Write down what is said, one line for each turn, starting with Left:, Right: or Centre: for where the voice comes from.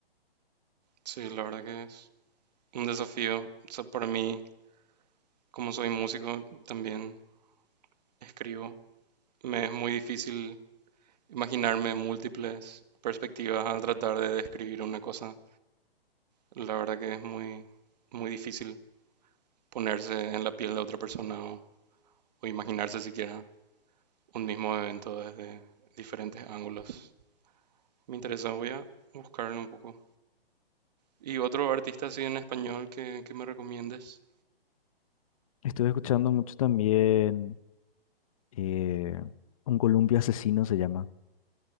Right: Sí, la verdad que es un desafío. O sea, para mí, como soy músico, también escribo. Me es muy difícil imaginarme múltiples perspectivas al tratar de describir una cosa. La verdad que es muy, muy difícil ponerse en la piel de otra persona o, o imaginarse siquiera un mismo evento desde diferentes ángulos. Me interesa, voy a buscarlo un poco. Y otro artista así en español que, que me recomiendes,
Left: Estuve escuchando mucho también eh, Un Columpio Asesino se llama.